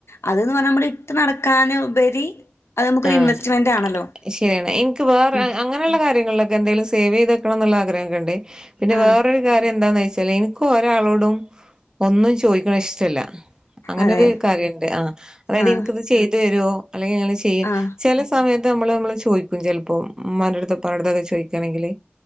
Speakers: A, on the left; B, on the right.
A: അത്ന്ന് പറഞ്ഞാൽ നമ്മള് ഇട്ട് നടക്കാന് ഉപരി അത് നമുക്കൊരു
B: ആഹ്
A: ഇൻവെസ്റ്റ്മെന്റ് ആണല്ലോ
B: ശരിയാണ് എനിക്ക് വേറെ
A: ഉം
B: അങ്ങനെയുള്ള കാര്യങ്ങളിലൊക്കെ എന്തെങ്കിലും സേവ് ചെയ്ത് വെക്കണന്നുള്ള ആഗ്രഹം ഒക്കെ ഇണ്ട് പിന്നെ
A: ആഹ്
B: വേറൊരു കാര്യം എന്താന്ന് വെച്ചാല് എനിക്ക് ഒരാളോടും ഒന്നും ചോയ്ക്കണ ഇഷ്ടല്ല അങ്ങനെയൊരു
A: അതെ.
B: കാര്യണ്ട് ആഹ് അതായത്
A: ആഹ്
B: ഇൻക്കിത് ചെയ്ത് തരോ അല്ലെങ്കിൽ ഇങ്ങള് ചെയ്
A: ആഹ്
B: ചെല സമയത്ത് നമ്മള് നമ്മൾ ചോയ്ക്കും ചിലപ്പോ ഉമ്മൻ്റടുത്ത് ഉപ്പൻ്റെടുത്തൊക്കെ ചോയ്ക്കയാണെങ്കില്